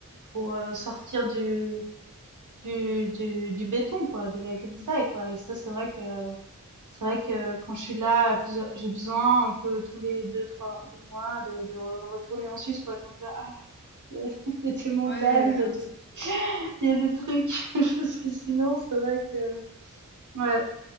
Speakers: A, on the right; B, on the left.
A: pour euh, sortir du du, du, du béton quoi, de la grisaille quoi. Et ça c'est vrai que c'est vrai que quand je suis là, à plusieurs- j'ai besoin un peu tous les deux trois deux mois de, de re- retourner en Suisse pour être un peu là, ah il y a, <laughs> il y a des montagnes,
B: ouais, un
A: il y a du,
B: petit peu.
A: il y a des trucs <laughs> parce que sinon c'est vrai que ouais